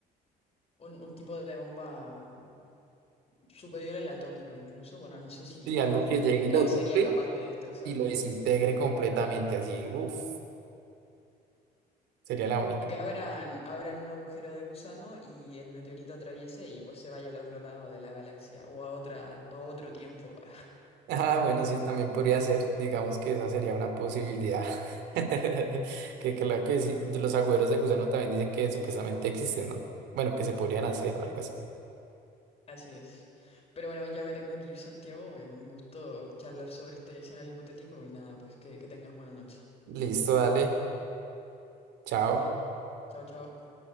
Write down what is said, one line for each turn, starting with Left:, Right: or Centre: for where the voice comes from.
Left: Un, un tipo de bomba superior a la atómica incluso. Bueno, no sé si
Right: Sí,
Left: la,
Right: algo que
Left: la
Right: llegue
Left: atómica
Right: y lo
Left: sería
Right: toque
Left: capaz de destrozar.
Right: y lo desintegre completamente, así, uff, sería la única.
Left: O que abran, abran un agujero de gusano y el meteorito atraviese y pues se vaya al otro lado de la galaxia o a otra, a otro tiempo. <laughs>
Right: Ah, bueno, sí, también podría ser. Digamos que esa sería una posibilidad. <laughs> Que claro que sí, de los agüeros de gusano también dicen que supuestamente existen, ¿no? Bueno, que se podrían hacer o algo así.
Left: Así es. Pero bueno, ya me tengo que ir, Santiago. eh, un gusto charlar sobre este escenario hipotético y nada, pues que, que tengas buena noche.
Right: Listo, dale. Chao.
Left: Dale. Chao, chao.